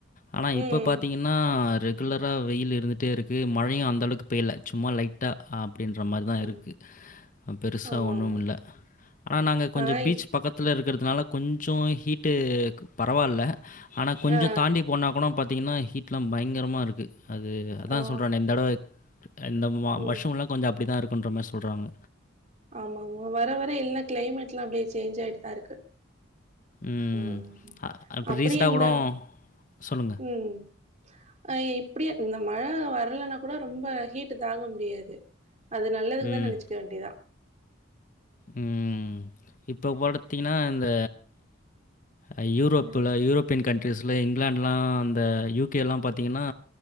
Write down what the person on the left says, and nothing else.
ஆனா இப்ப
பாத்தீங்க ங்ன்னா ரெகுலர வெயில் இருந்துட்டே இருக்கு மழையு அந்தளவுக்கு பெய்யல சும்மா லைட் டா அப்டின்ற மாரிதா
இருக்கு அ பெருசா
ஒண்ணுமில்ல
ஆனா நாங்க கொஞ்ச
பீச் பக்கத்தில இருக்கிறதுனால கொஞ்சோ ஹீட்டு பரவால்ல ஆனா கொஞ்சோ
தாண்டி போனா கூட பாத்தீங்கன்னா ஹீட்லா பயங்கிரமாருக்கு அது அதா
சொல்றனே இந்தடவ இந்த மா
வர்ஷோலா கொஞ்சொ அப்டிதா இருக்குன்ற மாரி சொல்றாங்க
ம்.
அ அப்ப
ரீசென்ட்டா
கூட சொல்லுங்க.
ம்.
ம் இப்ப படுத்தீங்ன்னா இந்த அ யூரோப்ல
யூரோப்பியன் கன்ட்ரீஸ்ல இங்கிலாண்ட்லா அந்த யூகேலா பாத்தீங்கன்னா